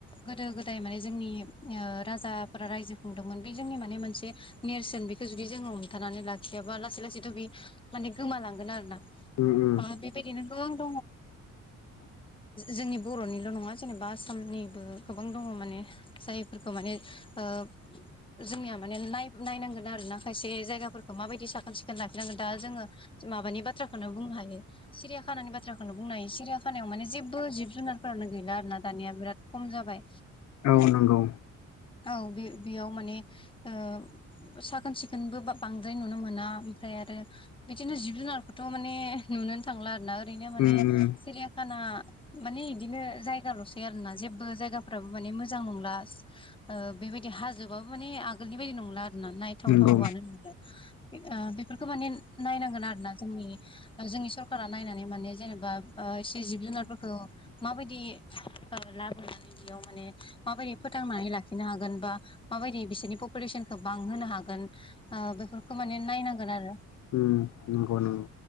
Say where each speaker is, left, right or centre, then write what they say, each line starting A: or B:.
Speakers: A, on the left (about 15°); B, on the left (about 65°).
A: गोदो गोदाय माने जोंनि ओ राजाफोरा रायजो खुंदोंमोन बे जोंनि माने मोनसे नेरसोन बेखौ जुदि जोङो हमथानानै लाखियाबा लासै लासैथ' बि माने गोमालांगोन आरो ना
B: उम उम
A: अ बेबायदिनो दङ जोंनि बर'निल' नङा जेनेबा आसामनिबो गोबां दङ माने जायफोरखौ माने ओ जोंनिया माने नाय नायनांगोन आरोना खायसे जायगाफोरखौ माबायदि साखोन सिखोन लाखिनांगोन दा जोङो माबानि बाथ्राखौनो बुंनो हायो सिरियाखानानि बाथ्राखौनो बुंनो हायो सिरियााखानायाव माने जेबो जिब जुनारफोरानो गैला आरोना दानिया बिराद खम जाबाय
B: औ नंगौ
A: औ बे बेयाव माने ओ साखोन सिखोनबो बांद्राय नुनो मोना ओमफ्राय आरो बिदिनो जिब जुनारखौथ' माने नुनो थांला आरोना ओरैनो
B: उम
A: माने
B: उम
A: सिरियाखाना माने इदिनो जायगाल'सै आरोना जेबो जायगाफ्राबो माने मोजां नंला ओ बेबायदि हाजोबाबो माने आगोलनि बायदि नंला आरोना नायथावथावनो
B: नंगौ
A: नंला बेफोरखौ माने नायनांगोन आरो ना जोंनि जोंनि सरकारा नायनानै माने जेनेबा एसे जिब जुनारफोरखौ माबायदि लाबोनानै बेयाव माने माबायदि फोथांनानै लाखि लाखिनो हागोन बा माबायदि बिसोरनि पपुलेसनखौ बांहोनो हागोन ओ बेफोरखौ माने नायनांगोन आरो
B: उम नंगौ नोंगौ